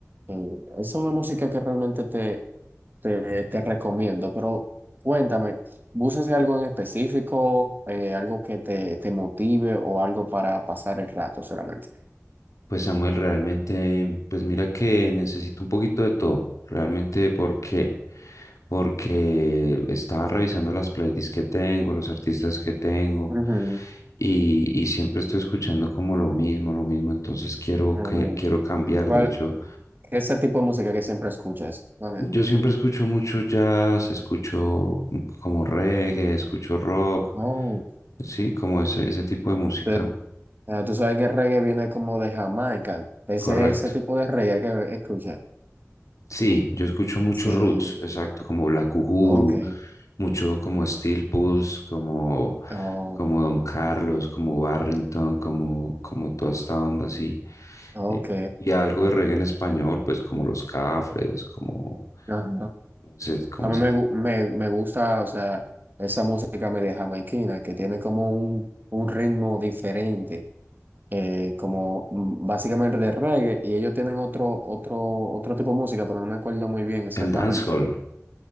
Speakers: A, on the right; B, on the left.
A: Mm, Es una música que realmente te, te, te recomiendo, pero cuéntame, ¿buscas algo en específico, eh, algo que te, te motive o algo para pasar el rato solamente?
B: Pues Samuel, realmente, pues mira que necesito un poquito de todo, realmente porque, porque estaba revisando las playlists que tengo, los artistas que tengo,
A: Ujú,
B: y, y siempre estoy escuchando como lo mismo, lo mismo, entonces quiero,
A: amén.
B: que, quiero cambiar,
A: ¿Cuál,
B: de hecho,
A: ese tipo de música que siempre escuchas? ¿Cuál
B: yo
A: es?
B: siempre escucho mucho jazz, escucho como reggae, escucho rock,
A: Oh,
B: sí, como ese, ese tipo de música,
A: te- ah, tú sabes que el reggae viene como de Jamaica, ese,
B: correcto.
A: ese tipo de reggae que escuchas.
B: Sí, yo escucho mucho
A: Sí,
B: roots, exacto, como Black Uhuru,
A: ok,
B: mucho como Steel Pulse, como,
A: oh,
B: como Don Carlos, como Barrington, como, como toda esta onda así.
A: ok,
B: Eh, y algo de reggae en español, pues como Los Cafres, como,
A: ajá.
B: como ese, como
A: A mí
B: ese
A: me,
B: tipo.
A: gu- me, me gusta, o sea, esa música media jamaiquina que tiene como un, un ritmo diferente, eh, como mm, básicamente de reggae, y ellos tienen otro, otro, otro tipo de música, pero no me acuerdo muy bien exactamente.
B: El dancehall,